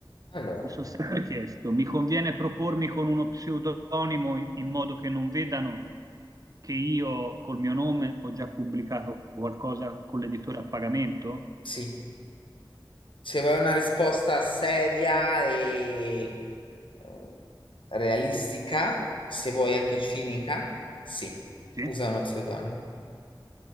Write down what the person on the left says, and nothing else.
Allora,
sì. Se vuoi una risposta seria e eh, realistica, se vuoi anche cinica, sì,
usa uno pseudonimo.